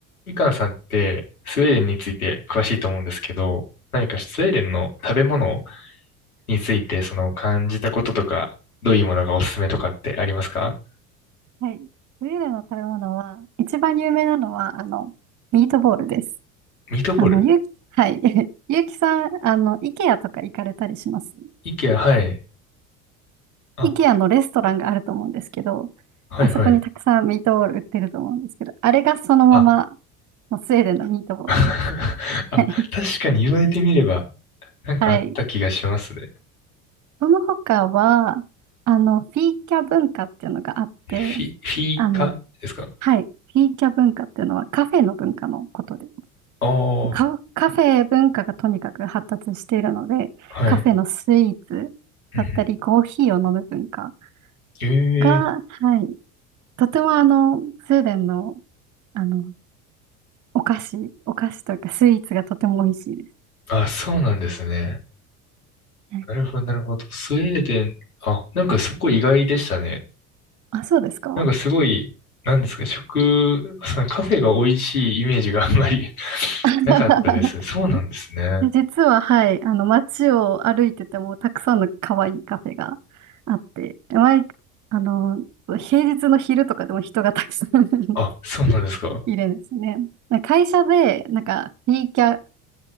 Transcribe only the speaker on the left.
みかんさんってスウェーデンについて詳しいと思うんですけど、何かスウェーデンの食べ物についてその感じたこととか、どういうものがおすすめとかってありますか
ミートボール
イケア、はい。あ、
はいはい。
あ、
<laughs> あ、
確かに言われてみれば、なんかあった気がしますね。
フィ、フィーカですか
ああー、
はい。
うんうん
ええ
あ、そうなんですね。
なるほど、なるほど。スウェーデン、あ、なんかそこ意外でしたね。
なんかすごい、なんですか、食、そのカフェが美味しいイメージがあんまり <laughs>
なかったです。そうなんですね。
あ、そうなんですか。